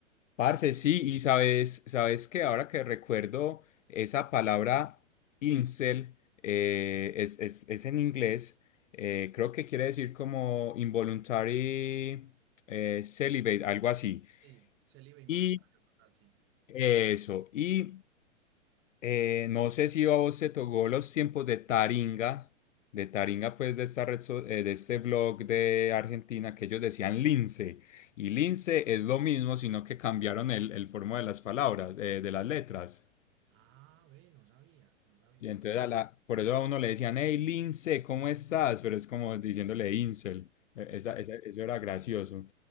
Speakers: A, on the left; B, on the right.
A: Parce, sí, y sabes, sabes que ahora que recuerdo esa palabra incel, eh, es, es, es en inglés, eh, creo que quiere decir como involuntary eh, celibate, algo así.
B: Sí, célibe involuntario
A: Y
B: total, sí.
A: eso, y eh, no sé si a vos te tocó los tiempos de Taringa, de Taringa, pues de esta red, so- eh, de este blog de Argentina, que ellos decían lince. Y lince es lo mismo, sino que cambiaron el, el forma de las palabras, eh, de las letras.
B: Ah, ve, no sabía, no sabía.
A: Y entonces a la, por eso a uno le decían, hey Lince, ¿cómo estás? Pero es como diciéndole Incel.
B: ah
A: E- Esa, esa- eso era gracioso.